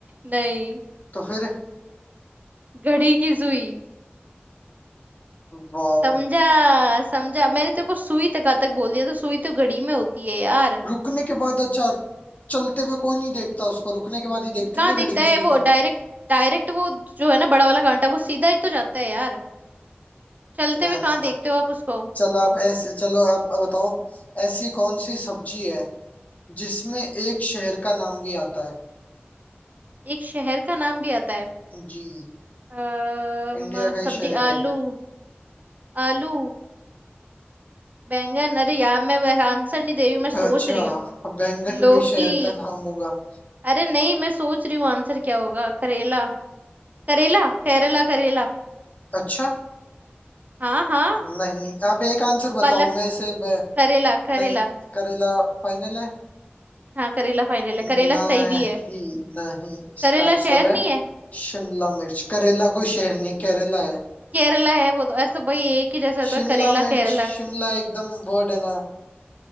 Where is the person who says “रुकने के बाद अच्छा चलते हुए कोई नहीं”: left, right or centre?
Left